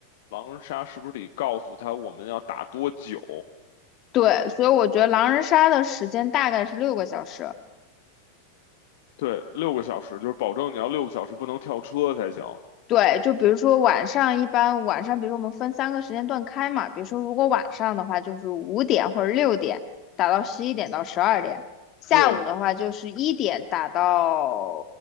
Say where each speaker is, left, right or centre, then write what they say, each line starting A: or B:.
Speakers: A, on the left; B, on the left.
A: 狼人杀是不是得告诉他我们要打多久？
B: 对，所以我觉得狼人杀的时间大概是六个小时，
A: 对，六个小时，就是保证你要六个小时不能跳车才行。
B: 对，就比如说晚上，一般晚上，比如说我们分三个时间段开嘛，比如说如果晚上的话，就是五点或者六点打到十一点到十二点，下午的话就是一点打到
A: 对，